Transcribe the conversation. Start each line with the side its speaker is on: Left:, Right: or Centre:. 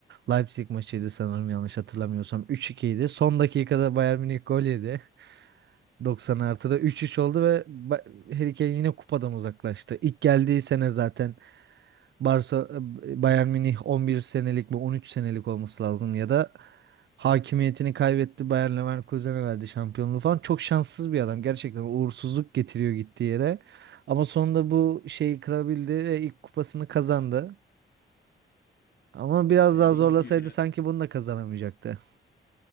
Right: Leipzig maçıydı sanırım yanlış hatırlamıyorsam. üç 2 idi. Son dakikada Bayern Münih gol yedi. <laughs> 90 artıda üç üç oldu ve Ba- Harry Kane yine kupadan uzaklaştı. İlk geldiği sene zaten Barça e, Bayern Münih 11 senelik mi 13 senelik olması lazım ya da hakimiyetini kaybetti Bayer Leverkusen'e verdi şampiyonluğu falan. Çok şanssız bir adam. Gerçekten uğursuzluk getiriyor gittiği yere. Ama sonunda bu şeyi kırabildi ve ilk kupasını kazandı. Ama biraz
Left: Dediğin
Right: daha zorlasaydı
Left: gibi biraz
Right: sanki bunu da kazanamayacaktı.